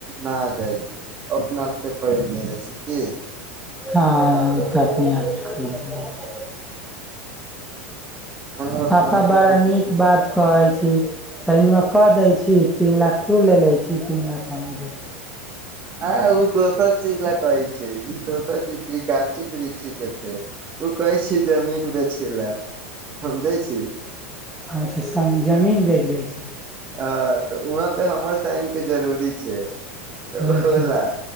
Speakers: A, on the right (about 30°); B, in the centre.
A: न जाइ छी अपना आप से खरीद लेबै छी की
B: हँ ओ तऽ अपने आप से खरीद जा छै
A: हम उतना
B: पापा बड़ा
A: केकरो
B: नीक
A: पीछे
B: बात कहै छी सन कऽ दै छी तीन लाख तू ले लै छी तीन लाख कहमे दीदी
A: हँ ओ दोसर चीज ल कहै छै ई दोसर चीज ई गाछी वृक्षी के छै ओ कहै छी जमीन बेचै लए समझै छी
B: अच्छा जमीन बेच दै छी
A: अ तऽ वहाँ पे हमर साइन के जरूरी छै तऽ ओहोला
B: अच्छा